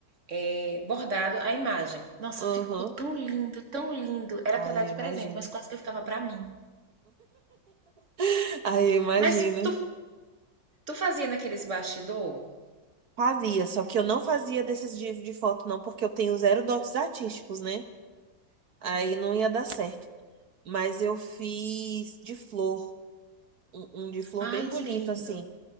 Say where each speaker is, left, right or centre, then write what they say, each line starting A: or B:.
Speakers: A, on the right (about 40°); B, on the right (about 55°).
A: eh, bordado a imagem. Nossa,
B: aham.
A: ficou tão lindo, tão lindo. Era
B: Ai,
A: para dar
B: eu
A: de
B: imagino.
A: presente, mas quase que ficava para mim.
B: <laughs> Ai, eu imagino.
A: Mas tu, tu fazia naqueles bastidor?
B: Fazia, só que eu não fazia desses de, de foto, não, porque eu tenho zero dotes artísticos, né? Aí não ia dar certo. Mas eu fiz de flor, um, um de flor
A: Ai,
B: bem bonito,
A: que lindo.
B: assim.